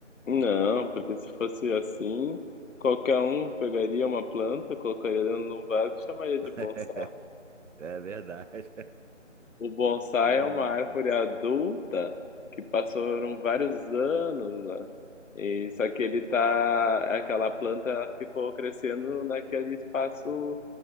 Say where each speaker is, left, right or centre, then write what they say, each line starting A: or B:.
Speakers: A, on the left; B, on the right.
A: Não, porque se fosse assim, qualquer um pegaria uma planta, colocaria dentro de um vaso e chamaria
B: <laughs>
A: de bonsai.
B: É verdade.
A: O bonsai
B: Ai,
A: é uma árvore adulta que passaram vários anos lá. E só que ele tá, aquela planta ficou crescendo naquele espaço